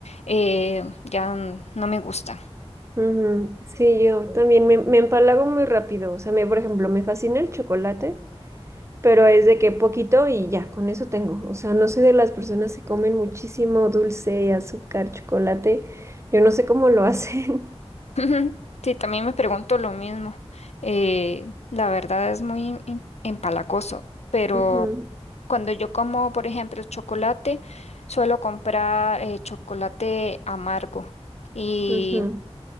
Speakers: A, on the left (about 80°); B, on the right (about 25°).
A: eh, ya n- no me gusta.
B: ujú. Sí, yo también me, me empalago muy rápido. O sea, me, por ejemplo, me fascina el chocolate, pero es de que poquito y ya, con eso tengo. O sea, no soy de las personas que comen muchísimo dulce, azúcar, chocolate. Yo no sé cómo lo hacen.
A: <laughs> Sí, también me pregunto lo mismo. Eh, la verdad es muy em- empalagoso, pero
B: <laughs> Ujú,
A: cuando yo como, por ejemplo, chocolate, suelo comprar eh, chocolate amargo y
B: ujú.